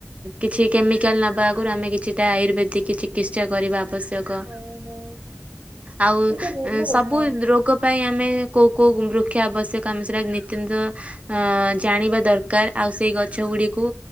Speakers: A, on the right; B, on the right.
A: କିଛି କେମିକାଲ ନବା ଆଗରୁ ଆମେ କିଛିଟା ଆୟୁର୍ବେଦିକ ଚିକିତ୍ସା କରିବା ଆବଶ୍ୟ କ,
B: ହଁ ହଁ
A: ଆଉ ଏଁ,
B: ଏଇଟା ଭଲ
A: ସବୁ
B: କଥା
A: ରୋଗ ପାଇଁ ଆମେ କୋଉ କୋଉ ବୃକ୍ଷ ଆବଶ୍ୟକ ଆମ ସେଟା ନିତ୍ୟନ୍ତ ଅ, ଜାଣିବା ଦରକାର। ଆଉ ସେଇ ଗଛ ଗୁଡିକୁ